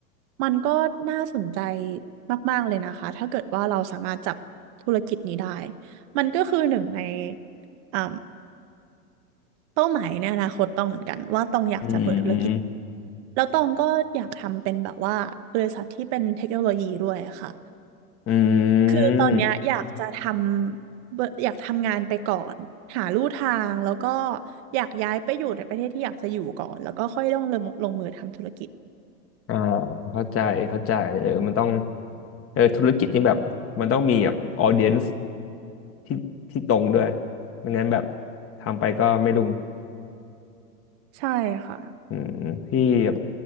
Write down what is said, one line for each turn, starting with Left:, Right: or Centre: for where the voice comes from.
Right: มันก็น่าสนใจมากๆเลยนะคะถ้าเกิดว่าเราสามารถจับธุรกิจนี้ได้มันก็คือหนึ่งในอ่าเป้าหมายในอนาคตต้องเหมือนกันว่าต้องอยากจะเปิดธุรกิจ
Left: อืมอืม
Right: แล้วตองก็อยากทำเป็นแบบว่าบริษัทที่เป็นเทคโนโลยีด้วยค่ะ
Left: อื
Right: คือตอนเนี้ยอยากจะท
Left: ม
Right: ำเบอร์อยากทำงานไปก่อนหาลู่ทางแล้วก็อยากย้ายไปอยู่ในประเทศที่อยากจะอยู่ก่อนแล้วก็ค่อยต้องลงลงมือทำธุรกิจ
Left: อ่าเข้าใจเข้าใจเออมันต้องเออธุรกิจนี่แบบมันต้องมีแบบออเดียนซ์ ที่ที่ตรงด้วยไม่งั้นแบบทำไปก็ไม่รุ่ง
Right: ใช่ค่ะ
Left: อืมพี่แบบ